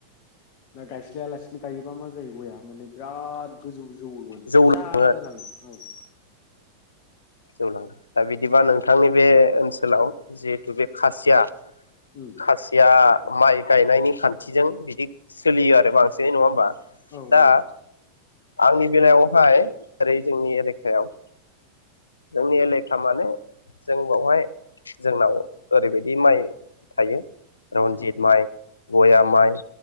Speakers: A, on the left; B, on the left.
A: ना गायस्लायालासि गायोबा मा जायो गया माने बिराद गोजौ जौवो माने
B: जौ
A: फिसा
B: लाङो
A: जालाङो औ ।
B: जौलाङो दा बिदिबा नोंथांनि बे ओनसोलाव जिहेथु बे खासिया
A: उम
B: खासिया माइ गायनायनि खान्थिजों बिदि सोलियो आरो बांसिनै नङा होमबा?
A: औ
B: दा
A: औ
B: आंनि बेलायावहाय ओरै जोंनि एलेखायाव जोंनि एलेखा माने जों बावहाय जोंनाव ओरैबायदि माइ थायो रनजित
A: औ
B: माइ, गया माइ